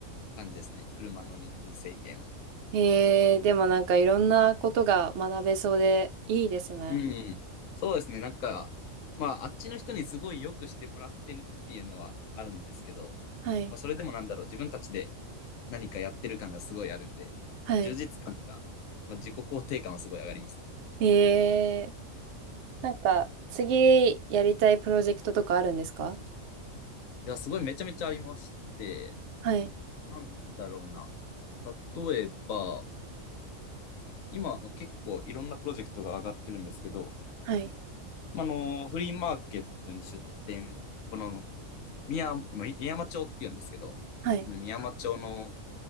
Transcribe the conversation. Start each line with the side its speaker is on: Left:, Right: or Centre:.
Left: 感じですね。車の人数制限を。
Right: へえ、でもなんかいろんなことが学べそうでいいですね。
Left: うん。そうですね。なんか、まあ、あっちの人にすごい良くしてもらってるっていうのはあるんですけど、
Right: はい。
Left: まあ、それでもなんだろう、自分たちで何かやってる感がすごいあるんで、
Right: はい。
Left: 充実感とか、まあ、自己肯定感はすごい上がりますね。
Right: へえ、なんか、次やりたいプロジェクトとかあるんですか
Left: いや、すごいめちゃめちゃありまして、
Right: はい。
Left: なんだろうな。例えば、今、まあ結構いろんなプロジェクトが上がってるんですけど、
Right: はい。
Left: まあ、あの、フリーマーケットに出店、この宮、まあみ宮山町って言うんですけど、
Right: はい。
Left: その宮山町の、